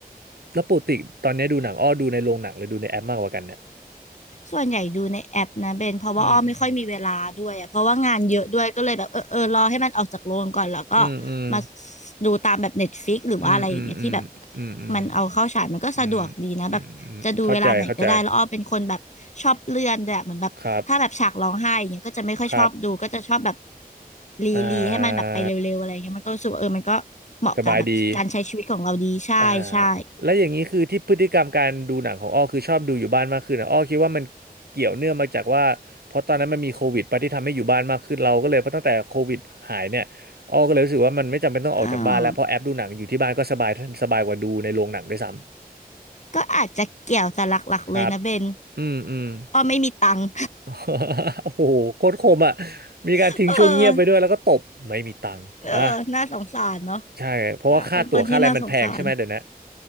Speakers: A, on the right; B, on the left.
A: แล้วปกติตอนนี้ดูหนังอ้อดูในโรงหนังหรือดูในแอปมากกว่ากันเนี่ย
B: ส่วนใหญ่ดูในแอปนะเบนเพราะว่าอ้อไม่ค่อยมีเวลาด้วยอะเพราะว่างานเยอะด้วยก็เลยแบบเออเออรอให้มันออกจากโรงก่อนแล้วก็
A: อืมอืมอืมอืม
B: มาดูตามแบบ Netflix หรือว่าอะไรอย่างเงี้ยที่แบบ
A: อืมอืมอืมอืม
B: มันเอาเข้าฉายมันก็สะดวกดีนะแบบจะดูเวลาไหนก็ได้แล้วอ้อเป็นคนแบบชอบเลื่อนด้วยอะเหมือนแบบถ้าแบบฉากร้องไห้อย่างเงี้ยก็จะไม่ค่อยชอบดูก็จะชอบแบบ
A: อืมอืมอืมอืมเข้าใจเข้าใจ ครับครับ
B: รีรีให้มันแบบไปเร็วๆอะไรอย่างเงี้ยมันก็รู้สึกว่าเออมันก็เหมาะกับแบบการใช้ชีวิตของเราดีใช่ใช่
A: อ่าสบายดี อ่าแล้วอย่างนี้คือที่พฤติกรรมการดูหนังของอ้อคือชอบดูอยู่บ้านมากขึ้นนะอ้อคิดว่ามันเกี่ยวเนื่องมาจากว่าเพราะตอนนั้นมันมีโควิดไปที่ทำให้อยู่บ้านมากขึ้นเราก็เลยเพราะตั้งแต่โควิดหายเนี่ยอ้อก็เลยรู้สึกว่ามันไม่จำเป็นต้องออกจากบ้านแล้วเพราะแอปดูหนังอยู่ที่บ้านก็สบายสบายกว่าดูในโรงหนังด้วยซ้ำ
B: อ่าก็อาจจะเกี่ยวแต่หลักๆเลยนะเบน
A: ครับอืมอืม
B: อ๋อไม่มีตังค์
A: <laughs> โอ้โหโคตรคมอ่ะมีการทิ้งช่วงเงียบไปด้วยแล้วก็ตบไม่มีตังค์อ่ะ
B: <laughs> เออเออน่าสงสารเนาะ
A: ใช่เพราะว่าค่าตั๋วค่าอะไรมันแพงใช่ไหมเดี๋ยวนะ
B: อ่ะเป็นคนที่น่าสงสาร